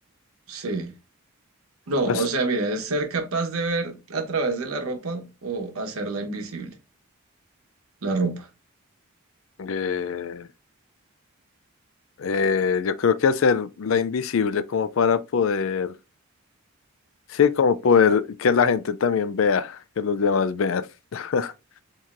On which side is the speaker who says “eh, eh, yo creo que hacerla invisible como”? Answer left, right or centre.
Left